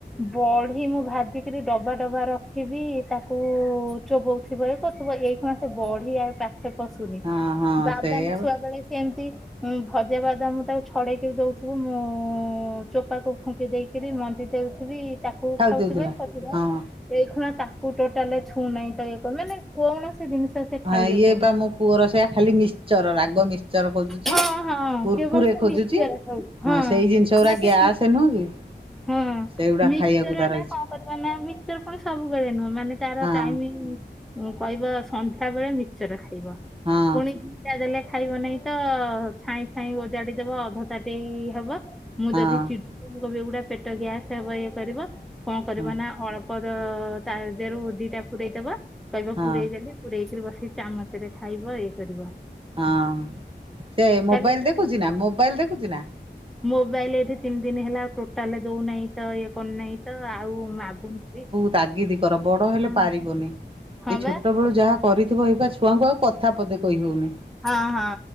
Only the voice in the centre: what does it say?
ବଢି ମୁଁ ଭାଜିକରି ଡବା ଡବା ରଖିବି ତାକୁ ଚୋବଉ ଥିବ କରୁଥିବ ଏଇ କଣ ସେ ବଢି ଆଉ ପାଖେ ପଶୁନି
ବାଦାମ
ଛୁଆ ବେଳେ କେମିତି? ଉଁ ଭଜା ବାଦାମ ତାକୁ ଛଡେଇକି ଦଉଥିବୁ ମୁଁ ଚୋପାକୁ ଫୁଙ୍କି ଦେଇକି। ରି ମଞ୍ଜି ଦେଉଥିବି। ତାକୁ
ଖାଉଥିବ
କ
ଏଇ ଖ ତାକୁ ଟୋଟାଲଛୁଁ ନାହିଁ ତ। ସେମାନେ କୌଣସି ଜିନିଷ। ସେ
ଖାଇବାକୁ
ହଁ ହଁ
କେବଳ ସେ
ମିକ୍ସଚର ଖାଉଛି
ନା ସେ
ହଁ
ମିଶ୍ଚର
ଟା
କଣ କରିବା ନା ମିଶ୍ଚର ପୁଣି ସବୁବେଳେ ନୁହଁ ମାନେ ତାର
ଟାଇମିଗ୍। କହିବ ସନ୍ଧ୍ୟା ବେଳେ ମିକ୍ସଚର ଖାଇବ
ପୁଣି ଦଟା ଦେଲେ ଖାଇବ ନାଇଁ। ତ ଛାଇଁ ଛାଇଁ ଓଜାଡିଦବ ଅଧ ତାଟି ହବ ମୁଁ
ଯଦି ଚି କୋବି ଏଗୁଡା ପେଟ ଗ୍ୟାସ୍ ହେବ ଇଏ କରିବ କଣ କରିବ
ନା ଅଳ୍ପ ପର ଦେହରୁ ଦିଟା ପୁରେଇ ଦବ କହିବ
ପୁରେଇ ଦେଲି। ପୁରେଇକିରି ବସିକି ଚାମଚ ରେ ଖାଇବ ଇଏ କରିବ।
କାଲି ଯୋଉ
ମୋବାଇଲ ଏଠି ତିନି ଦିନ ହେଲାଉ ଟୋଟାଲ ଦଉନାହିଁ। ତ ଇଏ କରୁନାହିଁ ତ ଆଉ ମାଗୁନି।
ହଁ
ହଁ
ବା
ହଁ ହଁ।